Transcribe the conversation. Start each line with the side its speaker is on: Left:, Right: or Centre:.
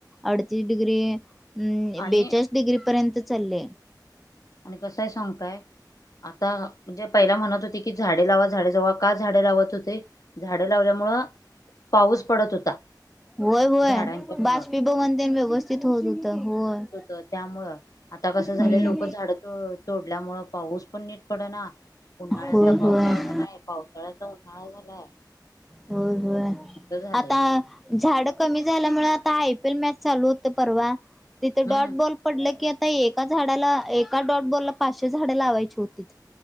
Centre: अडतीस डिग्री. हम्म
Left: आणि
Centre: बेचाळीस डिग्री पर्यंत चाललेय.
Left: आणि कसंय सांगु काय? आता जे पहिला म्हणत होते की झाडे लावा झाडे जगवा का झाडे लावत होते. झाडं लावल्यामुळं पाऊस पडत होता.
Centre: होय होय
Left: झाडांच्या मुळं.
Centre: बाष्पीभवनतेन व्यवस्थित होत होतं होय.
Left: त्यामुळे आता कसं झाले
Centre: हम्म
Left: लोक झाड तोड तोडल्यामुळे पाऊस पण नीट पडना उन्हाळ्याचा
Centre: होय
Left: पावसाळा
Centre: होय
Left: झालाय पावसाळ्याचा उन्हाळा झालाय.
Centre: होय होय
Left: असं झालंय.
Centre: आता. झाड कमी झाल्यामुळे आता आय पी एल मॅच चालू होत परवा तिथं
Left: हम्म.
Centre: डॉट बॉल पडलं की आता एका झाडाला एका डॉट बॉलला पाचशे झाडं लावायची होतीत.